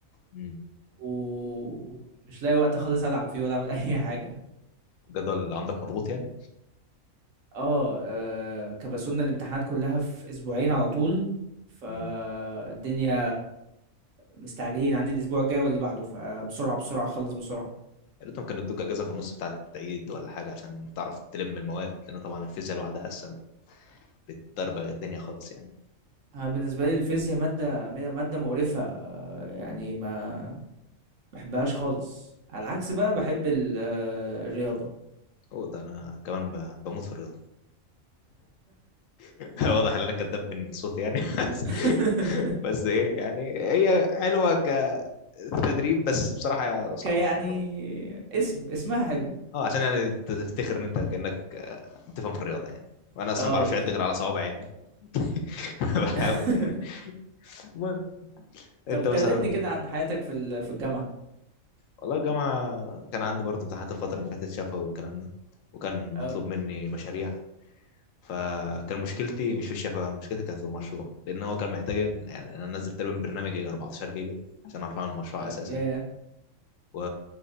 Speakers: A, on the left; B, on the right.
A: مم.
B: ومش لاقي وقت خالص ألعب فيه ولا أعمل <laughs> أي حاجة.
A: الجدول اللي عندك مضغوط يعني
B: آه، آآ كبسولنا الامتحانات كلها في أسبوعين على طول، فالدنيا
A: مم.
B: مستعجلين، عندي الأسبوع الجاي واللي بعده، فبسرعة، بسرعة أخلّص بسرعة.
A: يا ريتهم كانوا ادوك اجازه في النص بتاعه العيد ولا حاجه عشان تعرف تلم المواد لان طبعا الفيزياء لوحدها اصلا بتدربغ الدنيا خالص يعني
B: أنا بالنسبة لي الفيزيا مادة م مادة مقرفة آه، يعني
A: مم.
B: ما بحبهاش خالص على العكس بقى بحب ال- آه، الرياضة
A: اوه ده انا كمان ب- بموت في الرياضه <laughs> واضح ان انا كداب من صوتي يعني <laughs> بس
B: <laughs>
A: بس ايه يعني هي حلوه كتدريب بس بصراحه صعبه
B: كيعني
A: يعني
B: اسم اسمها حلو
A: اه عشان يعني تفتخر ان انت كانك آه، بتفهم في الرياضه يعني وانا اصلا
B: اه
A: ما بعرفش
B: بالظبط
A: اعد غير على صوابعي يعني <laughs> بحاول
B: <laughs>
A: يعني المهم انت
B: طب كلمني
A: مثلا
B: كده عن حياتك في ال- في الجامعة
A: والله الجامعه كان عندي برضه امتحانات الفتره اللي فاتت شفوي والكلام ده وكان
B: اه
A: مطلوب مني مشاريع فكان مشكلتي مش في الشفا مشكلتي كانت في المشروع لان هو كان محتاج يعني انا نزلت له برنامج يجي 14 جيجا عشان اعرف اعمل مشروع
B: يا
A: اساسا
B: ياه.
A: و...